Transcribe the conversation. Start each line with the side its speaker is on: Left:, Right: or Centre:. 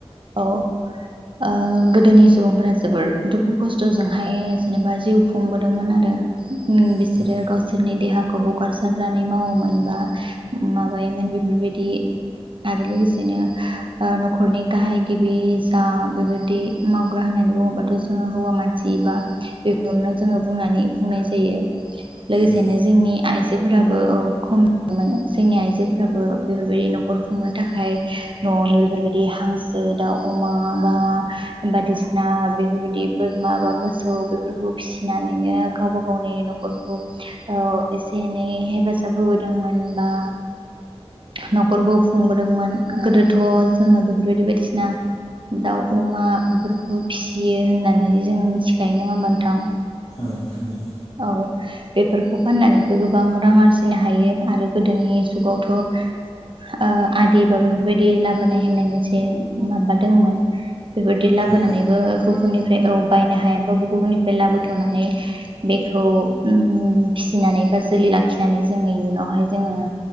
Right: औ गोदोनि सुबुंफोरा जोबोर दुखु खस्थ'जोंहाय जेनेबा जिउ खुंबोदोंमोन आरो बिसोरो
Left: औ
Right: गावसोरनि देहाखौ हगारसारनानै मावोमोन बा माबायोमोन बेफोरबायदि आरो लोगोसेनो न'खरनि गाहाय गिबि जा बेबायदि मावग्रा होननानै बुङोबाथ' जोङो हौवा मानसि बा बेखौनो जोङो बुंनानै बुंनाय जायो लोगोसेनो
Left: औ
Right: जोंनि आइजोफोराबो औ खम मोनो जोंनि आइजोफोराबो बेफोरबायदि न'खर र खुंनो थाखाय न'आवनो बेफोरबायदि हांसो दाव अमा बा बायदिसिना बेफोरबायदि बोरमा बा मोसौ बेफोरखौ फिसिनानैनो गावबागावनि नखरखौ एसे एनै हेफाजाब होबोदोंमोन बा न'खरखौ खुंबोदोंमोन गोदोथ' जोङो बेफोरबायदि बायदिसिना दाउ अमा बेफोरखौ फिसियो होननानै जोङो मिथिखायो नङा होमबा नोंथां।
Left: औ नोंथां।
Right: औ बेफोरखौ फाननानैबो गोबां रां आरजिनो हायो आरो गोदोनि जुगावथ' ओ-आदि बा बेफोरबायदि लाबोनाय होननाय मोनसे माबा दंमोन बेफोरदि लाबोनानैबो
Left: औ
Right: गुबुननिफ्राय औ बायनो हायाबाबो गुबुननिफ्राय लाबोथनानै। बेखौ उम-फिसिनानै बा जोलै लाखिनानै जोङो इयुनावहाय जोङो।